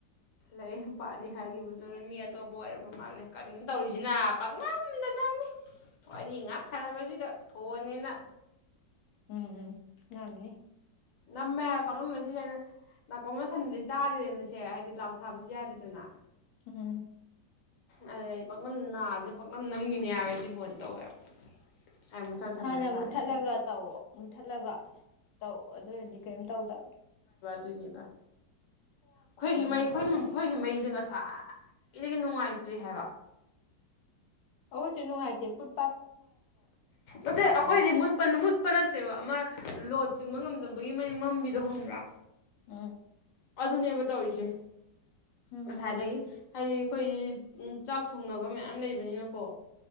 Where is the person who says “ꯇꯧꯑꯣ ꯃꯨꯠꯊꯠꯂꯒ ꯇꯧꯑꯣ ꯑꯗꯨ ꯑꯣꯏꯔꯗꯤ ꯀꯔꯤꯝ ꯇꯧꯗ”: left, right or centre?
Left